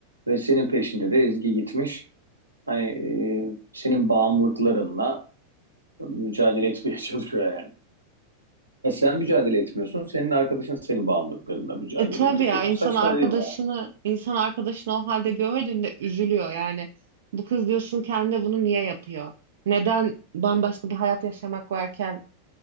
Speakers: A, on the right; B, on the right.
A: ve senin peşinde de Ezgi gitmiş. Hani e, senin bağımlılıklarınla mücadele etmeye <laughs> çalışıyor yani. Ya sen mücadele etmiyorsun. Senin arkadaşın senin bağımlılıklarında mücadele
B: E tabii
A: ediyor.
B: ya
A: Çok
B: insan
A: saçma
B: arkadaşını
A: değil mi ya?
B: insan arkadaşını o halde gördüğünde üzülüyor yani. Bu kız diyorsun kendine bunu niye yapıyor? Neden bambaşka bir hayat yaşamak varken